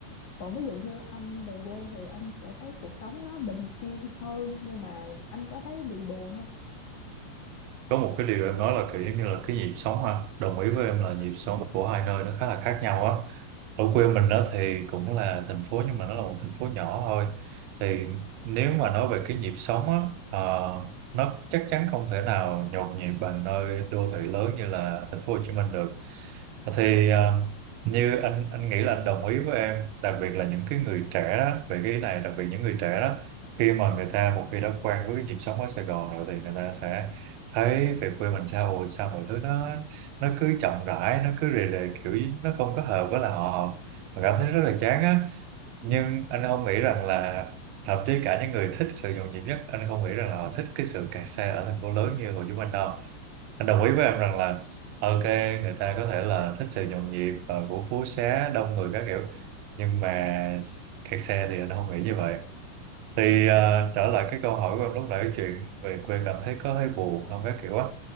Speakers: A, on the left; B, on the right.
A: còn ví dụ như anh về quê thì anh sẽ thấy cuộc sống nó bình yên hơn nhưng mà anh có thấy bị buồn không
B: có một cái điều em nói là kiểu giống như là cái nhịp sống ha đồng ý với em là nhịp sống của hai nơi nó khá là khác nhau á ở quê mình đó thì cũng là thành phố nhưng mà nó là một thành phố nhỏ thôi thì nếu mà nói về cái nhịp sống á ờ, nó chắc chắn không thể nào nhộn nhịp bằng nơi đô thị lớn như là thành phố Hồ Chí Minh được thì ờ, như anh anh nghĩ là anh đồng ý với em đặc biệt là những cái người trẻ đó, về cái ý này đặc biệt những người trẻ đó khi mà người ta một khi đã quen với cái nhịp sống ở Sài Gòn rồi thì người ta sẽ thấy về quê mình sao ồ, sao mọi thứ nó nó cứ chậm rãi nó cứ rề rề kiểu nó không có hợp với là họ mà cảm thấy rất là chán á nhưng
A: Ừ,
B: anh không nghĩ rằng là thậm chí cả những người thích sự nhộn nhịp nhất anh không nghĩ rằng là họ thích cái sự kẹt xe ở thành phố lớn như Hồ Chí Minh đâu anh đồng ý với em rằng là ok người ta có thể là thích sự nhộn nhịp ờ, của phố xá đông người các kiểu nhưng mà kẹt xe thì anh không nghĩ như vậy
A: ừ,
B: thì à, trở lại cái câu hỏi của em lúc nãy chuyện về quê cảm thấy có hơi buồn không các kiểu á